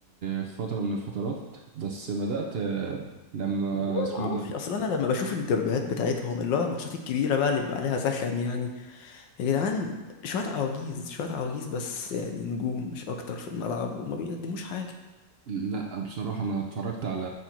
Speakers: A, on the right; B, on the left.
A: في فترة من الفترات بس بدأت آه، لما
B: والله
A: اسمه
B: ما اعرفش
A: إيه ده
B: اصل انا لما بشوف الدربيات بتاعتهم اللي هو الماتشات الكبيره بقى اللي بيبقى عليها زخم يعني يا جدعان شوية عواجيز شوية عواجيز بس يعني نجوم مش أكتر في الملعب وما بيقدموش حاجة
A: لا بصراحة أنا اتفرجت على